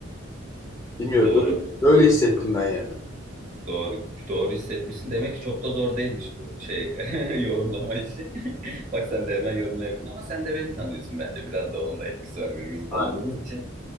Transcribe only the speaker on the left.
Bilmiyorum
böyle, böyle hissettim ben yani.
Aynen.